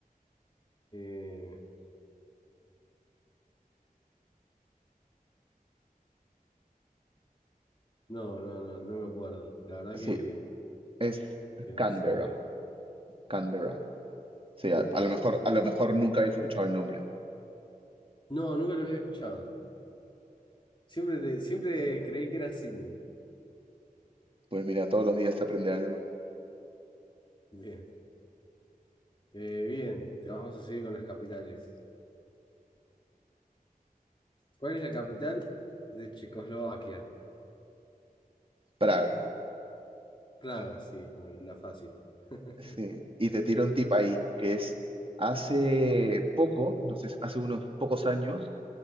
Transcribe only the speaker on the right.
Sí,
es
Canberra,
Canberra. Sí, a,
a lo mejor, a lo mejor nunca habías escuchado el nombre.
Pues mira, todos los días se aprende algo.
Praga,
sí. Y te tiro un tip ahí, que es, hace poco, no sé, hace unos pocos años,